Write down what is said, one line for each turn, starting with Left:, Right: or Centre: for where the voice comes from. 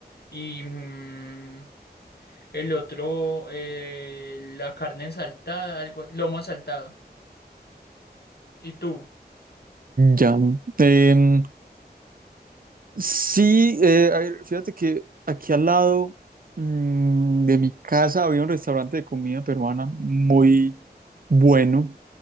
Left: y mm, el otro, eh, la carne saltada, algo, lomo saltado. ¿Y tú?
Right: Ya. Em, sí, eh, a ver, fíjate que aquí al lado mm, de mi casa había un restaurante de comida peruana muy bueno.